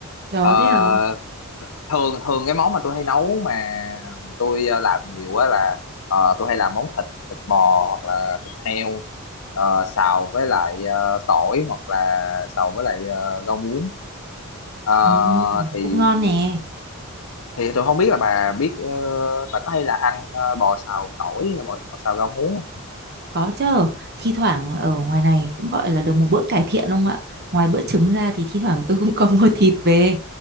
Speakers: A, on the right (about 45°); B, on the left (about 70°).
A: Đó
B: Ờ,
A: thế hả?
B: thường thường cái món mà tôi hay nấu mà tôi ờ, làm nhiều á là ờ, tôi hay làm món thịt thịt bò hoặc là thịt heo ờ, xào với lại ờ, tỏi hoặc là xào với lại ờ, rau muống Ờ,
A: Ừ,
B: thì
A: cũng ngon nè.
B: thì tôi không biết là bà biết ờ, bà có hay là ăn ờ, bò xào tỏi hay là bò, bò xào rau muống không?
A: Có chứ, thi thoảng ở ngoài này cũng gọi là được một bữa cải thiện không ạ? Ngoài bữa trứng ra thì thi thoảng tôi <laughs> cũng có mua thịt về.